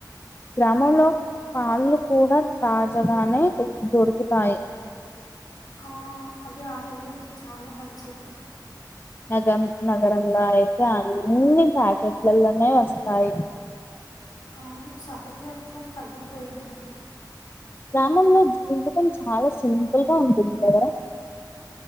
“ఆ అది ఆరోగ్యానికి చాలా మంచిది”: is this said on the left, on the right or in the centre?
Left